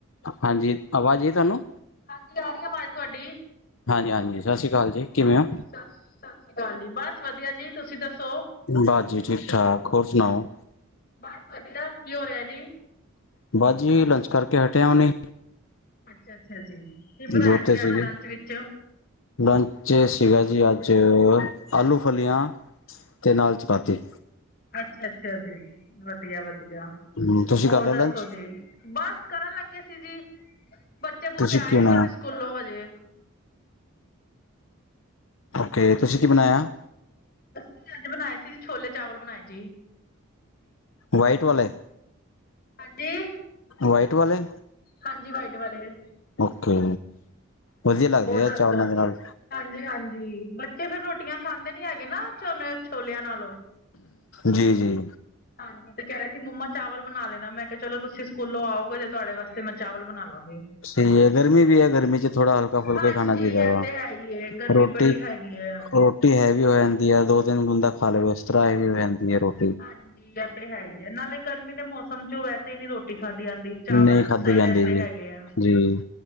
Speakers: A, on the left; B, on the left.
A: ਹਾਂਜੀ, ਆਵਾਜ਼ ਆ ਰਹੀ ਤੁਹਾਨੂੰ?
B: ਹਾਂਜੀ, ਆ ਰਹੀ ਆਵਾਜ਼ ਤੁਹਾਡੀ।
A: ਹਾਂਜੀ, ਹਾਂਜੀ ਸਤਿ ਸ਼੍ਰੀ ਅਕਾਲ ਜੀ ਕਿਵੇਂ ਹੋ?
B: ਸਤ ਸਤਿ ਸ੍ਰੀ ਅਕਾਲ ਜੀ, ਬਸ ਵਧੀਆ ਜੀ, ਤੁਸੀਂ ਦੱਸੋ?
A: ਬਸ ਜੀ ਠੀਕ ਠਾਕ ਹੋਰ ਸੁਣਾਓ?
B: ਬਸ ਵਧੀਆ, ਕੀ ਹੋ ਰਿਹਾ ਜੀ?
A: ਬਸ ਜੀ, ਲੰਚ ਕਰਕੇ ਹਟੇ ਆ ਹੁਣੇ।
B: ਅੱਛਾ, ਅੱਛਾ ਜੀ ਕੀ ਬਣਾਇਆ
A: ਜੋਬ
B: ਜੀ
A: ਤੇ ਸੀਗੇ
B: ਅੱਜ ਲੰਚ ਵਿੱਚ?
A: ਲੰਚ ਸੀਗਾ ਜੀ ਅੱਜ ਆਲੂ -ਫਲੀਆਂ ਅਤੇ ਨਾਲ ਚਪਾਤੀ।
B: ਅੱਛਾ, ਅੱਛਾ ਜੀ ਵਧੀਆ, ਵਧੀਆ
A: ਹਮ ਤੁਸੀਂ
B: ਹੋਰ
A: ਕਰ ਲਿਆ
B: ਦੱਸੋ
A: ਲੰਚ
B: ਜੀ। ਬਸ ਕਰਨ ਲੱਗੇ ਸੀ ਜੀ। ਬੱਚੇ-ਬੁੱਚੇ
A: ਤੁਸੀਂ ਕੀ
B: ਆਏ
A: ਬਣਾਇਆ
B: ਬਸ ਸਕੂਲੋਂ ਹਜੇ।
A: ਓਕੇ, ਤੁਸੀਂ ਕੀ ਬਣਾਇਆ?
B: ਅਸੀਂ ਅੱਜ ਬਣਾਏ ਸੀ ਛੋਲੇ- ਚਾਵਲ ਬਣਾਏ ਜੀ।
A: ਵਾਈਟ ਵਾਲੇ?
B: ਹਾਂਜੀ।
A: ਵਾਈਟ ਵਾਲੇ?
B: ਹਾਂਜੀ, ਵਾਈਟ ਵਾਲੇ।
A: ਓਕੇ ਵਧੀਆ ਲੱਗਦੇ
B: ਹੋਰ
A: ਆ।
B: ਦੱਸੋ
A: ਚਾਵਲਾਂ ਦੇ ਨਾਲ
B: ਹਾਂਜੀ, ਹਾਂਜੀ ਬੱਚੇ ਫਿਰ ਰੋਟੀਆਂ ਖਾਂਦੇ ਨੀ ਹੈਗੇ ਨਾ ਛੋਲਿਆਂ ਨਾਲ।
A: ਜੀ, ਜੀ
B: ਹਾਂਜੀ ਤੇ ਕਹਿ ਰਹੇ ਸੀ ਮੰਮਾ ਚਾਵਲ ਬਣਾ ਲੈਣਾ ਮੈਂ ਕਿਹਾ ਚਲੋ ਤੁਸੀਂ ਸਕੂਲੋਂ ਆਓਗੇ। ਤਾਂ ਮੈ ਤੁਹਾਡੇ ਵਾਸਤੇ ਮੈਂ ਚਾਵਲ ਬਣਾ ਲਵਾਂਗੀ।
A: ਸਹੀ ਹੈ ਗਰਮੀ ਵੀ ਹੈ ਗਰਮੀ ਚ' ਥੋੜਾ ਹਲਕਾ ਫੁਲਕਾ
B: ਹਾਂਜੀ
A: ਹੀ ਖਾਣਾ ਚਾਹੀਦਾ
B: ਇਹ
A: ਵਾ
B: ਤੇ ਹੈ ਹੀ ਹੈ ਗਰਮੀ
A: ਰੋਟੀ
B: ਬੜੀ
A: ਰੋ-
B: ਹੈਗੀ ਹੈ
A: ਰੋਟੀ ਹੈਵੀ ਹੋ ਜਾਂਦੀ ਹੈ ਦੋ-ਤਿੰਨ ਗੁੰਦਾ ਖਾ ਲਵੇ ਉਸ ਤਰ੍ਹਾਂ ਹੈ ਵੀ ਹੋ ਜਾਂਦੀ ਹੈ ਰੋਟੀ
B: ਹਾਂਜੀੇ, ਇਹ ਤਾ ਹੈ ਹੀ ਏ ਨਾਲੇ ਗਰਮੀ ਦੇ ਮੌਸਮ ਚ' ਵੈਸੇ ਹੀ ਨਹੀਂ ਰੋਟੀ ਖਾਧੀ ਜਾਂਦੀ। ਚਾਵਲ
A: ਨਹੀਂ ਖਾਧੀ
B: ਸਹੀ
A: ਜਾਂਦੀ
B: ਰਹਿੰਦੇ
A: ਜੀ
B: ਹੈਗੇ ਆ
A: ਜੀ